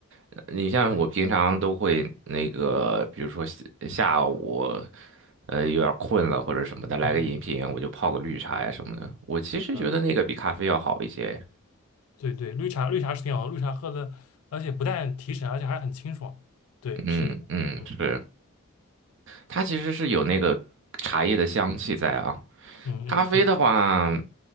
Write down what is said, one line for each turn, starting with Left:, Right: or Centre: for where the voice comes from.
Right: 呃你像我平常都会那个，
Left: 对，
Right: 比如说下下午，呃，有点困了或者什么的，来个饮品，
Left: 嗯嗯
Right: 我就泡个绿茶呀什么的。我其实觉得那个比咖啡要好一些。
Left: 嗯，啊对对，绿茶绿茶是挺好喝，绿茶喝的，而且不但提神，而且还很清爽。对，
Right: 嗯嗯，
Left: 是的，嗯
Right: 是。它其实是有那个茶叶的香气在啊。
Left: 嗯嗯，
Right: 咖啡的话，
Left: 对。